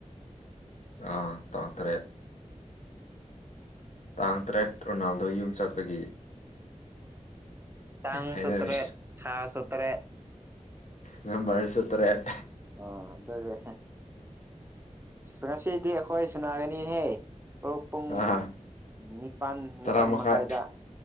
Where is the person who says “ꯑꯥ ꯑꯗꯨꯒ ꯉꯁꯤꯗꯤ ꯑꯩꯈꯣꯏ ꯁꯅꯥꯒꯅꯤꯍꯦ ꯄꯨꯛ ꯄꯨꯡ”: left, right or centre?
Right